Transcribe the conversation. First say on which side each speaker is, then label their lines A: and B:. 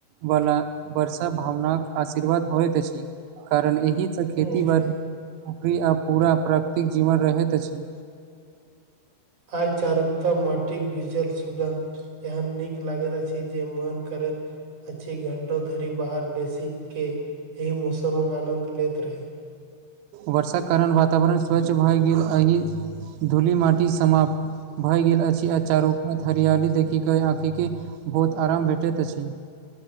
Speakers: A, on the right; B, on the right.
A: बला वरसा भावनााक आशीर्वाद होयत अछि कारण एहि से खेती
B: हम्म,
A: बड़ी
B: से
A: उरी आ पूरा प्राकृतिक जीवन रहैत अछि
B: आ चारुकताा मटिक भजल सुगन्ध एहन नीक लागैत अछि जे मन करैत अची घंटो धरि बाहर बेसी के एहि मौसमक आनंद लेैत रही
A: वर्षाक कारण वातावरण स्वच्छ भऽ गेल एहि धूली माटि समाप्त भए गेल अछि आ चारूपात हरियाली देखिक आँखिके बहुत आराम भेटैत अछि